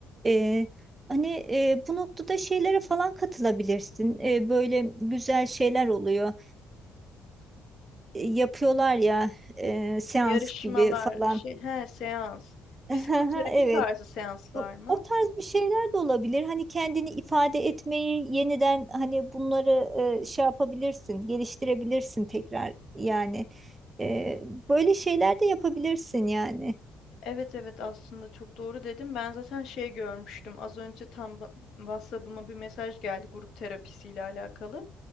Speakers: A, on the right; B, on the left.
A: E, hani e, bu noktada şeylere falan katılabilirsin. E, böyle güzel şeyler oluyor yapıyorlar ya e, seans
B: Yarışmalar,
A: gibi falan.
B: şey, he, seans,
A: <laughs>
B: psikoterapi
A: Evet.
B: tarzı seanslar
A: O
B: mı?
A: o tarz bir şeyler de olabilir. Hani kendini ifade etmeyi yeniden hani bunları e, şey yapabilirsin, geliştirebilirsin tekrar yani. E, böyle şeyler de yapabilirsin yani.
B: Evet evet aslında çok doğru dedim. Ben zaten şey görmüştüm. Az önce tam ba- WhatsApp'ıma bir mesaj geldi grup terapisiyle alakalı.